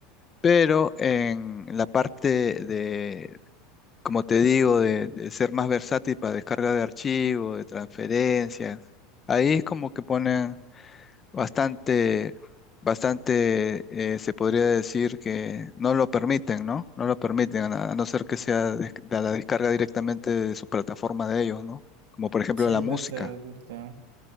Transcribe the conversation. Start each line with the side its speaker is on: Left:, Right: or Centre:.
Left: Pero en la parte como te digo, de, de ser más versátil para descarga de archivos, de transferencias. Ahí es como que ponen bastante, bastante, eh, se podría decir que no lo permiten, ¿no? No lo permiten, a, a no ser que sea des- de la descarga directamente de su plataforma de ellos, ¿no? Como por ejemplo
Right: sí,
Left: la
Right: es
Left: música.
Right: verdad, es verdad.